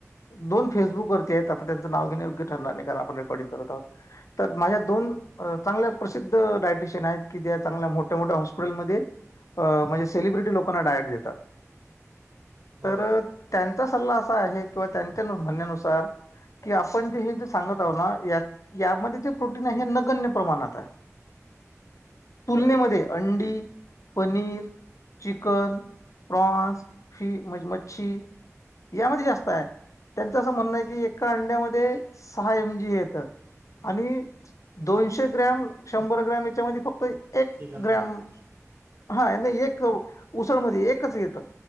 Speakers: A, on the left; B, on the right.
A: दोन फेसबुकवरती आहेत. आता त्यांच नाव घेणे योग्य ठरणार नाही कारण आपण रेकॉर्डिंग करत आहोत तर माझ्या दोन चांगल्या प्रसिद्ध डायटिशियन आहेत कि त्या चांगल्या मोठ्या-मोठ्या हॉस्पिटलमध्ये. अ म्हणजे सेलिब्रिटी लोकांना डायट देतात.
B: बरोबर
A: तर त्यांचा सल्ला असा आहे किंवा त्यांच्या म्हणण्यानुसार की आपण जे हे जे सांगत आहो ना यात यामध्ये जे प्रोटीन आहे हे नगण्य प्रमाणात आहे तुलनेमध्ये
B: बरोबर
A: अंडी, पनीर चिकन प्रॉन्स, फी मच्छी यामध्ये जास्त आहे त्यांचं असं म्हणणं आहे की एका अंड्यामध्ये सहा एम जी हे येतं. आणि दोनशे ग्रॅम शंभर ग्रॅम याच्यामध्ये फक्त एक
B: चिकनमध्ये
A: ग्रॅम हा एक उसळमध्ये एकच येत